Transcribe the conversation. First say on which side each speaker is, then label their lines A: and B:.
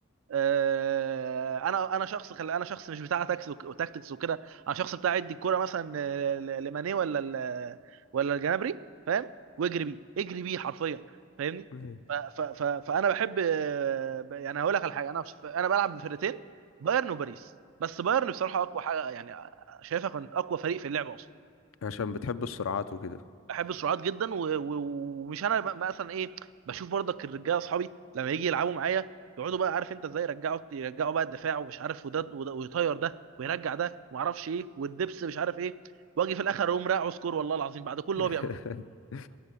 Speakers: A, on the right; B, on the left.
A: آه، انا انا شخص خلي انا شخص مش بتاع تاكس وك- وتاكتكس وكده انا شخص بتاع يدي الكوره مثلا آه، ل- لماني ولا ال- ولا الجنابري فاهم واجري بيه اجري بيه حرفيا فاهمني
B: أيوة.
A: ف ف ف فانا بحب آه، ب- يعني هقول لك على حاجه انا مش انا بلعب بفرقتين بايرن وباريس بس بايرن بصراحه اقوى حاجه يعني آه، شايفها كانت اقوى فريق في اللعبه اصلا
B: عشان بتحب السرعات وكده
A: احب السرعات جدا و- و- ومش انا م- مثلا ايه بشوف برضك الرجاله اصحابي لما يجي يلعبوا معايا يقعدوا بقى عارف انت ازاي يرجعوا يرجعوا بقى الدفاع ومش عارف وده وده ويطير ده ويرجع ده وما اعرفش ايه والدبس مش عارف ايه واجي في الاخر اقوم راقع سكور والله العظيم بعد كل
B: <laughs>
A: اللي هو بيعمله ده.